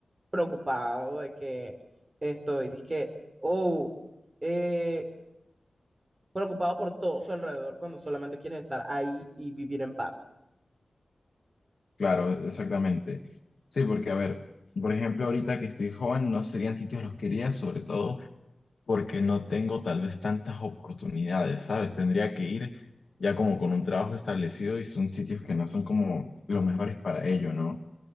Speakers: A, on the right; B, on the left.
A: preocupado de que estoy, dizque, oh eh, preocupado por todo su alrededor cuando solamente quieres estar ahí y vivir en paz.
B: claro, exactamente. Sí, porque a ver, por ejemplo, ahorita que estoy joven, no serían sitios los que iría, sobre todo porque no tengo tal vez tantas oportunidades, ¿sabes? Tendría que ir ya como con un trabajo establecido y son sitios que no son como los mejores para ello, ¿no?